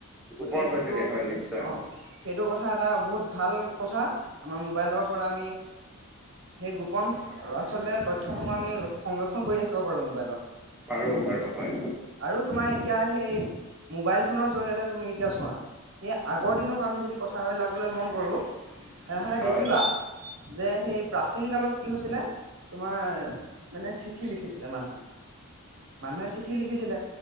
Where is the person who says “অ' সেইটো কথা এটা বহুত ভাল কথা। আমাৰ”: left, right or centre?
Right